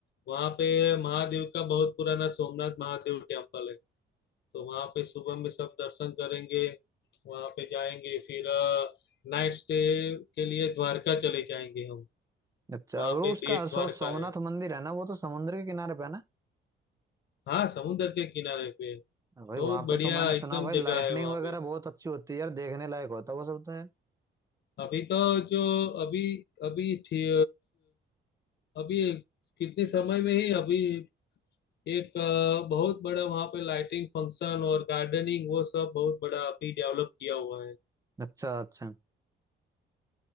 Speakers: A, on the left; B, on the right.
A: वहाँ पे महादेव का बहुत पुराना सोमनाथ महादेव टेम्पल है तो वहां पे सुबह में सब दर्शन करेंगे वहां पे जाएंगे फिर नाइट स्टे के लिए द्वारका चले जाएंगे हम
B: अच्छा
A: वहां
B: और उसका
A: पे बेट द्वारका
B: सो सोमनाथ
A: है
B: मंदिर है ना वो तो समुद्र के किनारे पे है ना
A: हाँ समुद्र के किनारे पे है।
B: हाँ भाई
A: बहुत
B: वहां
A: बढ़िया
B: पे तो मैंने
A: एकदम
B: सुना भाई
A: जगह
B: लाइटनिंग
A: है वहां
B: वगैरह
A: पे
B: बहुत अच्छी होती है यार देखने लायक होता है वो सब तो यार
A: अभी तो जो अभी अभी थी, अभी कितने समय में ही अभी एक अ, बहुत बड़ा वहां पे लाइटिंग फंक्शन और गार्डनिंग वो सब बहुत बड़ा अभी डेवलप किया हुआ है
B: अच्छा अच्छा